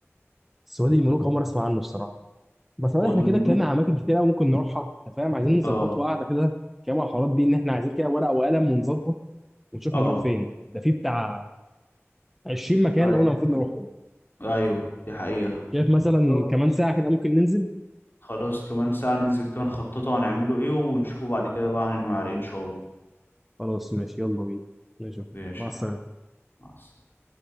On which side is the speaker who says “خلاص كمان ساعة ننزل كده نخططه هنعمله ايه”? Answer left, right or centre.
Left